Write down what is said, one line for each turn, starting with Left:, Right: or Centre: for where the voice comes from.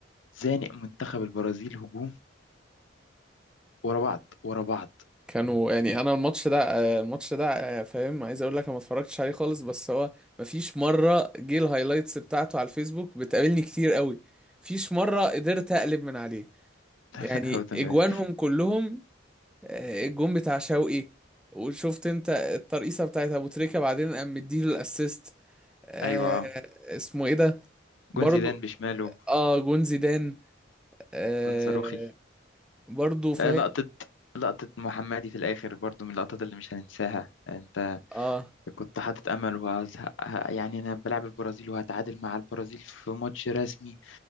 Left: زانق منتخب البرازيل هجوم ورا بعض ورا بعض
Centre: كانوا يعني انا الماتش ده آه، الماتش ده آه، فاهم عايز اقول لك انا ما اتفرجتش عليه خالص بس هو مفيش مرة جه الهايلايتس بتاعته على الفيسبوك بتقابلني كتير قوي مفيش مرة قدرت اقلب من عليه
Left: <laughs>
Centre: يعني
Left: لا هو تمام
Centre: اجوانهم كلهم آه، الجون بتاع شوقي وشفت انت الترقيصه بتاعت ابو تريكه بعدين قام مديله الاسيست آه
Left: ايوه أه.
Centre: اسمه ايه ده برضو
Left: جون زيدان بشماله
Centre: اه جون زيدان آه
Left: جون صاروخي
Centre: برضو فاهم
Left: آه، لقطة لقطة محمدي في الآخر برضو من اللقطات اللي مش هننساها أنت
Centre: اه
Left: كنت حاطط أمل وه... ه- يعني أنا بلعب البرازيل وهتعادل مع البرازيل في ماتش رسمي